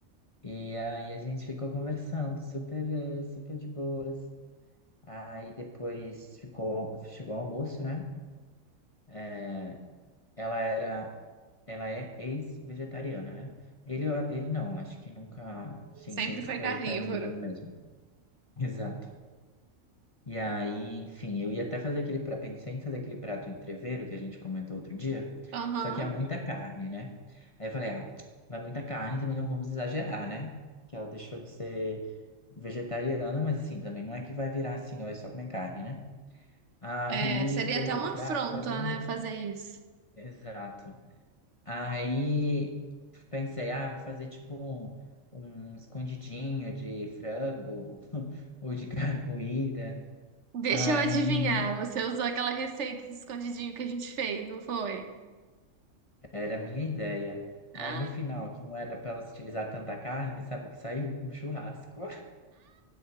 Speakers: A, on the left; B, on the right.
A: E aí a gente ficou conversando, super, eh, super de boas. Aí depois ficou, chegou o almoço, né? É, Ela era, ela é ex-vegetariana, né? Ele, ele não, acho que nunca, sim,
B: Sempre
A: sempre
B: foi
A: foi
B: carnívoro.
A: carnívoro mesmo. Exato. E aí, enfim, eu ia até fazer aquele prato, pensei em fazer aquele prato entrevero que a gente comentou outro dia,
B: Aham.
A: só que é muita carne, né? Aí eu falei, ah, vai muita carne, também não vamos exagerar, né? Que ela deixou de ser vegetariana, mas assim, também não é que vai virar assim, ó, é só comer carne, né? Aí,
B: É, seria
A: beleza,
B: até uma
A: falei,
B: afronta,
A: ah, vou fazer um.
B: né, fazer isso.
A: Exato. Aí pensei, ah, vou fazer tipo um, um escondidinho de frango <laughs> ou de carne moída.
B: Deixa
A: Aí
B: eu adivinhar, você usou aquela receita de escondidinho que a gente fez, não foi?
A: era a minha ideia. Aí
B: Ah,
A: no final, que não era para elas utilizar tanta carne, sabe o que saiu? Um churrasco.